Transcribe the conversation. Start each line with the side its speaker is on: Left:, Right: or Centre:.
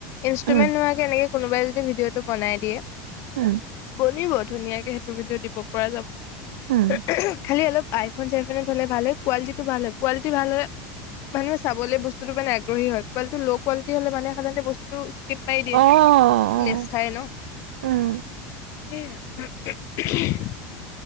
Left: ইনষ্ট্ৰুমেন্ট
Right: উম
Left: নোহোৱাকে এনেকে কোনোবাই যদি ভিডিঅটো বনাই দিয়ে,
Right: উম
Left: বনিব টো। ধুনীয়াকে সেইটো ভিদিও দিব পৰা যাব।
Right: উম
Left: খালি অলপ। আইফোন-চাইফোনত হলে ভাল হয়, কোৱালিটিটো ভাল হয়, কোৱালিটি ভাল হলে, মানুহে চাবলৈ বস্তুতটো মানে আগ, গ্ৰহী হয় কোৱালিটিটো ল' কোৱালিটি হলে মানে সাধণৰনতে বস্তুটো স্প, ইস্কিপ মাৰি দিয়ে,
Right: অ', অ',
Left: নেচায় ন ',
Right: উম,
Left: সেইয়া।